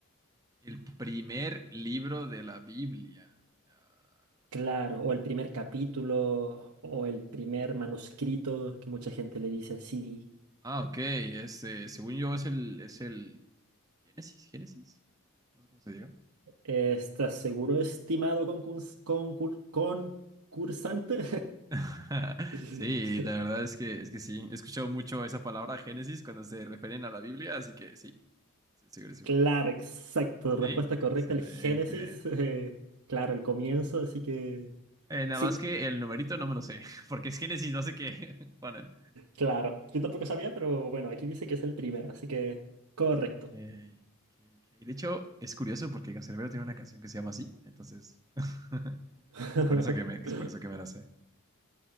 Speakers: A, on the right; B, on the right.
A: El primer libro de la Biblia. Ah,
B: Claro, o el primer capítulo, o el primer manuscrito, que mucha gente le dice así.
A: ah, ok. Es, eh, según yo es el, es el Génesis, Génesis. No sé cómo se diga.
B: Eh, ¿Estás seguro, estimado concurs- concur- concursante?
A: <laughs>
B: <laughs>
A: Sí, la verdad es que, es que sí. He escuchado mucho esa palabra Génesis cuando se refieren a la Biblia, así que sí. Sí, segurísimo.
B: Claro, exacto, respuesta
A: Sí,
B: correcta,
A: excelente.
B: el Génesis. <laughs> eh, claro, el comienzo, así que...
A: Eh, nada
B: Sí,
A: más que el numerito no me lo sé, <laughs> porque es Génesis, no sé qué. <laughs> Bueno,
B: claro. Yo tampoco sabía, pero bueno, aquí dice que es el primero, así que correcto.
A: Ah, ok, ok, ok. De hecho, es curioso porque Canserbero tiene una canción que se llama así, entonces <laughs>
B: <laughs>
A: es por eso que me, es por eso que me la sé.